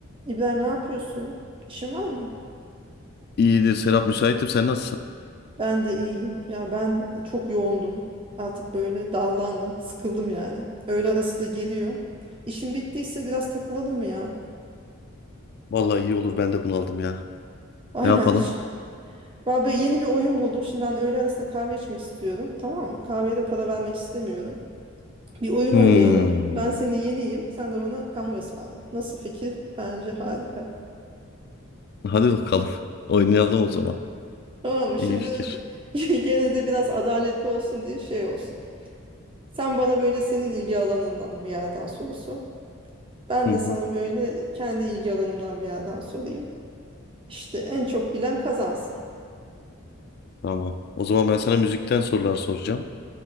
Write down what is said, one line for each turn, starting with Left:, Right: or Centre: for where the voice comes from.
Right: İbrahim ne yapıyorsun? İşin var mı?
Left: İyidir Serap müsaitim sen nasılsın?
Right: Ben de iyiyim. Ya ben çok yoğundum. Artık böyle dallandım, sıkıldım yani. Öğle arası da geliyor. İşin bittiyse biraz takılalım mı ya?
Left: Vallahi iyi olur ben de bunaldım ya.
Right: Aynen.
Left: Ne yapalım?
Right: <laughs> Vallahi böyle yeni bir oyun buldum. Şimdi ben öğle arasında kahve içmek istiyorum. Tamam mı? Kahveye de para vermek istemiyorum. Bir oyun
Left: Hmm.
Right: oynayalım. Ben senin yeniyim. Sen de bana kahve ısmarla. Nasıl fikir? Bence harika.
Left: Hadi bakalım. <laughs> Oynayalım o zaman.
Right: Tamam mı?
Left: İyi
Right: Şimdi
Left: fikir.
Right: ge- <laughs> gene de biraz adaletli olsun diye şey olsun. Sen bana böyle senin ilgi alanından bir yerden soru sor. Ben
Left: Hı
Right: de
Left: hı.
Right: sana böyle kendi ilgi alanımdan bir yerden sorayım. İşte en çok bilen kazansın.
Left: Tamam. O zaman ben sana müzikten sorular soracağım.